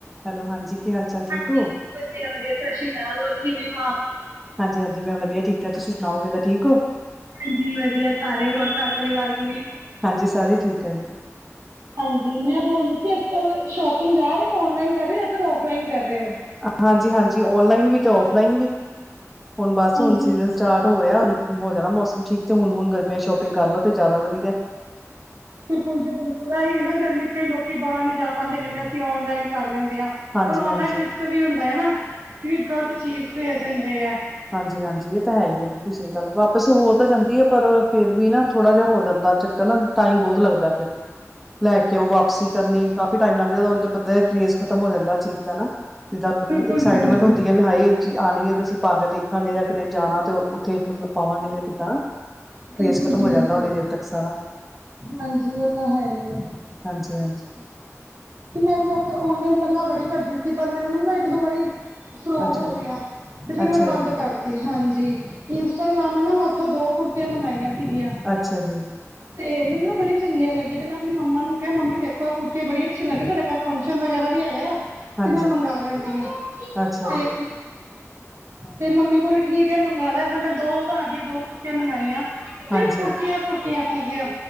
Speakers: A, in the centre; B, on the right.
A: Hello ਹਾਂਜੀ ਕੀ ਹਾਲ ਚਾਲ ਠੀਕ
B: ਹਾਂਜੀ
A: ਹੋ
B: ਵਧੀਆ-ਵਧੀਆ ਸਤਿ ਸ੍ਰੀ ਅਕਾਲ ਹੋਰ ਕਿਵੇਂ ਹੋ ਆਪ?
A: ਹਾਂਜੀ-ਹਾਂਜੀ ਮੈਂ ਵਧੀਆ ਠੀਕ ਆ ਤੁਸੀਂ ਸੁਣਾਓ ਕਿੱਦਾ ਠੀਕ ਹੋ?
B: ਹਾਂਜੀ ਵਧੀਆ ਸਾਰੇ ਹੋਰ ਘਰ ਪਰਿਵਾਰ ਕਿਵੇਂ?
A: ਹਾਂਜੀ ਸਾਰੇ ਠੀਕ ਹੈ ਜੀ।
B: ਹਾਂਜੀ ਮੈਂ ਬੋਲਦੀ ਸੀ ਅੱਜਕੱਲ ਸ਼ੋਪਿੰਗ ਜਾ ਰਹੇ ਹੋ ਔਨਲਾਈਨ ਕਰ ਰਹੇ ਹੋ ਜਾਂ ਫਿਰ ਔਫਲਾਈਨ ਕਰ ਰਹੇ ਹੋ?
A: ਹਾਂਜੀ-ਹਾਂਜੀ ਓਨਲਾਈਨ ਵੀ ਤੇ ਔਫਲਾਈਨ ਵੀ। ਹੁਣ ਬਸ
B: ਹਾਂਜੀ
A: ਹੁਣ ਸੀਜ਼ਨ ਸਟਾਰਟ ਹੋ ਰਿਹਾ ਹੁਣ ਹੋ ਜਾਣਾ ਮੌਸਮ ਠੀਕ ਤੇ ਹੁਣ-ਹੁਣ ਗਰਮੀਆਂ ਦੀ ਸ਼ੋਪਿੰਗ ਕਰ ਲਓ ਤੇ ਜ਼ਿਆਦਾ ਵਧੀਆ।
B: ਬਿਲਕੁਲ ਜੀ ਬਿਲਕੁਲ ਐ ਹੀ ਏ ਨਾ ਗਰਮੀ ਚ ਕਈ ਲੋਕੀ ਬਾਹਰ ਨੀ ਜਾ ਪਾਉਂਦੇ ਕਹਿੰਦੇ ਅਸੀਂ ਔਨਲਾਈਨ ਕਰ ਲੈਂਦੇ ਹਾਂ।
A: ਹਾਂਜੀ
B: ਪਰ ਔਨਲਾਈਨ
A: ਹਾਂਜੀ
B: ਰਿਸਕ ਵੀ ਹੁੰਦਾ ਹੈ ਨਾ ਕਿ ਗ਼ਲਤ ਚੀਜ਼ ਭੇਜ ਦਿੰਦੇ ਆ।
A: ਹਾਂਜੀ-ਹਾਂਜੀ ਇਹ ਤਾਂ ਹੈ ਹੀ ਹੈ ਬਿਲਕੁਲ ਸਹੀ ਗੱਲ ਵਾਪਿਸ ਹੋ ਤਾਂ ਜਾਂਦੀ ਹੈ ਪਰ ਫੇਰ ਵੀ ਨਾ ਥੋੜਾ ਜਿਹਾ ਹੋ ਜਾਂਦਾ ਚੱਕਰ ਟਾਈਮ ਬਹੁਤ ਲੱਗਦਾ ਫਿਰ।
B: <inaudible>
A: ਲੈ ਕੇ ਉਹ ਵਾਪਸੀ ਕਰਨੀ ਕਾਫੀ ਟਾਈਮ ਲੱਗਦਾ ਬੰਦੇ ਕਰੇਜ਼ ਖਤਮ ਹੋ ਜਾਂਦਾ ਚੀਜ਼ ਦਾ ਨਾ। ਜਿੱਦਾਂ ਆਪਾਂ
B: ਬਿਲਕੁਲ
A: ਨੂੰ ਐਕਸਾਈਟਮੈਂਟ
B: ਜੀ ਬਿਲਕੁਲ
A: ਹੁੰਦੀ ਹੈ ਵੀ ਹਾਏ ਆਣੀ ਹੈ ਤੇ ਅਸੀਂ ਪਾ ਕੇ ਦੇਖਾਂਗੇ ਜਾਂ ਕਿਤੇ ਜਾਣਾ ਤੇ ਉੱਥੇ ਮਤਲਬ ਪਾਵਾਂਗੇ ਜਾਂ ਕਿੱਦਾਂ।
B: ਬਿਲਕੁਲ
A: ਕਰੇਜ਼ ਖਤਮ
B: ਜੀ
A: ਹੋ ਜਾਂਦਾ
B: ਬਿਲਕੁਲ
A: ਓਨੀ ਦੇਰ ਤੱਕ ਸਾਰਾ।
B: ਹਾਂਜੀ ਉਹ ਤਾਂ ਹੈ ਹੀ ਹੈ
A: ਹਾਂਜੀ-ਹਾਂਜੀ।
B: ਮੈਨੂੰ ਵੈਸੇ ਔਨਲਾਈਨ ਪਹਿਲਾਂ ਬੜੀ ਕਰਦੀ ਸੀ ਪਰ ਮੇਰੇ ਨੂੰ ਨਾ ਇੱਕ-ਦੋ ਵਾਰੀ ਫਰੋਡ
A: ਅੱਛਾ
B: ਹੋ
A: ਜੀ
B: ਗਿਆ, ਤੇ ਫਿਰ
A: ਅੱਛਾ
B: ਮੈਂ ਬੰਦ
A: ਜੀ
B: ਕਰ ਤੀ ਹਾਂਜੀ ਇੰਸਟਾਗ੍ਰਾਮ ਨਾ ਮੈਂ ਉੱਥੇ ਦੋ ਕੁੜਤੀਆਂ ਮੰਗਾਈਆਂ ਸੀਗੀਆਂ।
A: ਅੱਛਾ ਜੀ
B: ਤੇ ਮੈਨੂੰ ਨਾ ਬੜੀ ਚੰਗੀਆ ਲੱਗੀਆਂ ਤੇ ਮੈਂ ਆਪਣੇ ਮੰਮਾ ਨੂੰ ਕਿਹਾ ਮੰਮੀ ਦੇਖੋ ਇਹ ਕੁੜਤੀ ਬੜੀ ਅੱਛੇ ਲੱਗਿਆ ਸਾਡੇ ਘਰ ਫੰਕਸ਼ਨ ਵਗੇਰਾ ਵੀ ਹੈਗਾ ਆ।
A: ਹਾਂਜੀ
B: ਤੇ ਮੈਂ ਮੰਗਵਾ ਲੈਂਦੀ ਹਾਂ,
A: ਅੱਛਾ
B: ਤੇ
A: ਜੀ
B: ਤੇ ਮੰਮੀ ਬੋਲੀ ਠੀਕ ਹੈ ਮੰਗਵਾ ਲੇ ਫਿਰ ਮੈਂ ਦੋ ਹਜ਼ਾਰ ਦੀਆਂ ਦੋ ਕੁੜਤੀਆਂ ਮੰਗਾਈਆਂ ਸਿਰਫ
A: ਹਾਂਜੀ
B: ਕੁੜਤੀਆਂ ਕੁੜਤੀਆਂ ਸੀਗੀਆਂ,